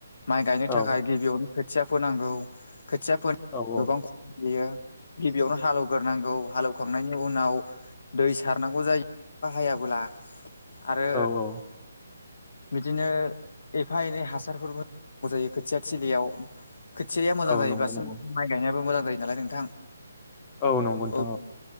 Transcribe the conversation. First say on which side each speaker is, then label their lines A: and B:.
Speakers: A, on the left; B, on the left.
A: माइ गायनो
B: औ
A: थाखाय गिबियावनो खोथिया फोनांगौ खोथिया फोन
B: औ औ
A: गोबां ख बियो गिबियावनो हाल एवग्रोनांगौ हाल एवखांनायनि उनाव दै सारनांगौ जायो अखा हायाब्ला आरो
B: औ औ
A: बिदिनो एफा एनै हासारफोर होनांगौ जायो खोथिया थिलियाव खथियाया मोजां
B: औ
A: जायो
B: नंगौ नंगौ
A: माइ गायनायाबो मोजां जायो नालाय नोंथां
B: औ नंगौ नोंथां
A: औ